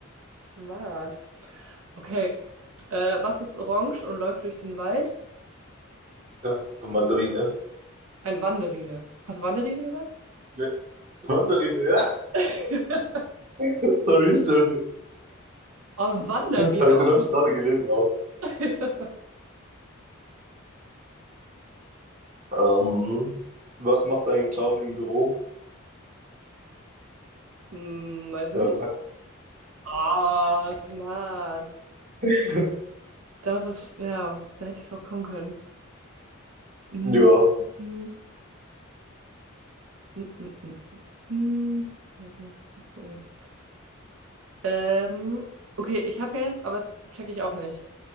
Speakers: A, on the right; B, on the right.
A: smart. Okay, äh, was ist orange und läuft durch den Wald?
B: Äh, Mandarine.
A: Eine Wanderine. Hast du Wanderine gesagt?
B: Ja, Mandarine, ja.
A: <laughs>
B: <laughs> Sorry, sorry.
A: Oh, Wanderine.
B: Äh, Den habe ich gerade gelesen auch.
A: <laughs>
B: Ähm, was macht ein Clown im Büro?
A: Hm, meinst du
B: Ja,
A: nicht?
B: Faxen.
A: Oh, smart.
B: <laughs>
A: Das ist, ja, da hätte ich drauf kommen können. Mm,
B: Ja.
A: mm, mm, mm, mm, mm. Also muss ich kurz gucken. Ähm, okay, ich habe ja eins, aber das checke ich auch nicht.